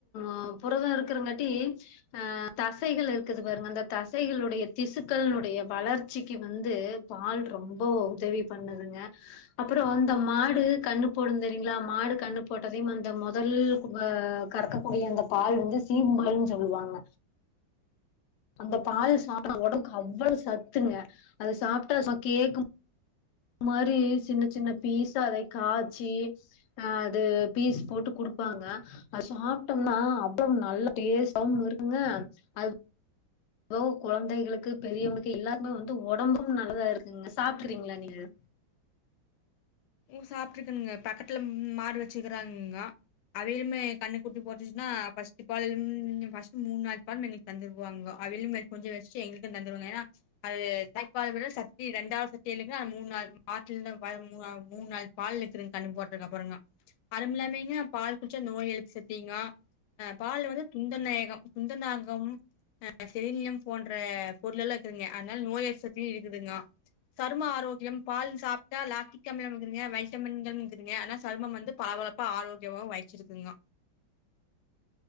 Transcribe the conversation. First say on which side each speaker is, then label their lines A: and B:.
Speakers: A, on the left (about 70°); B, on the left (about 90°).
A: அ புரதோ இருக்குறங்காட்டி ஆ தசைகள் இருக்குது பாருங்க அந்த தசைகளுடைய திசுக்கள்னுடைய வளர்ச்சிக்கு வந்து பால் ரொம்போ உதவி பண்ணுதுங்க அப்புறோ அந்த மாடு கண்ணு போடு தெரியுங்களா மாடு கண்ணு போட்டதையும் அந்த மொதல் ஆ கறக்கக்கூடிய அந்த பால் வந்து சீம்பால்ன் சொல்லுவாங்க அந்த பால் சாப்ப உடம்புக்கு அவ்ளவு சத்துங்க அத சாப்ட்டா கேக்கும் மாரி சின்ன சின்ன பீஸா அத காச்சி ஆ அது பீஸ் போட்டு குடுப்பாங்க அது சாப்ட்டோம்னா அவ்ளோ நல்ல டேஸ்ட்டாவும் இருக்குங்க அது ஓ கொழந்தைகளுக்கு பெரியவங்குக்கு எல்லாருக்குமே வந்து ஒடம்பும் நல்லதாருக்குங்க சாப்ட்டுகிறீங்களா நீங்க
B: ம் சாப்ட்ருக்குனுங்க பக்கத்துல ம் மாடு வச்சுக்கறாங்க அவையளுமே கண்ணுக்குட்டி போட்டுச்ன்னா ஃபஸ்ட்டு பால் ம் ஃபஸ்ட்டு மூண்நாலு பால் தந்துடுவாங்க அவிலும் எனக்கொஞ்சொ வச் எங்களுக்கு தந்துருவாங்க ஏன்னா அது தாய்ப்பால் விட சத்தி ரெண்டாவ்து கேளுங்க ஆனா மூன்நாள் மாட்லேந் <unintelligible> மூண்நாள் பாலுஇருக்குங்க கண்ணு போட்ட அப்புறங்க அதும்மில்லாம்ங்க பால் குட்ச்சா நோய் எதிர்ப்பு சத்தீங்க அ பால் வந்து குந்தநாயக குந்தநாகம் அ செரிலியம் போன்ற பொருளலெல்லா இருக்குதுங்க அதனால் நோய் எதிப்பு சத்தி இருக்குதுங்க சரும ஆரோக்யம் பால் சாப்ட்டா லாக்டி டிக்அமிலம் இருக்குதுங்க வைட்டமின்கள்மிருக்குதுங்க னா சருமம் வந்து பளபளப்பா ஆரோக்கியமாவு வைச்சிருக்குங்க